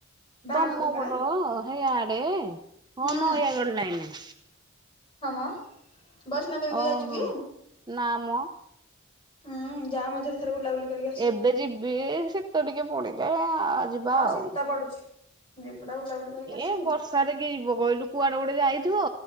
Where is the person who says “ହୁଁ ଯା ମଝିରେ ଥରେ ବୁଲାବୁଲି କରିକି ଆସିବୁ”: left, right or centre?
Left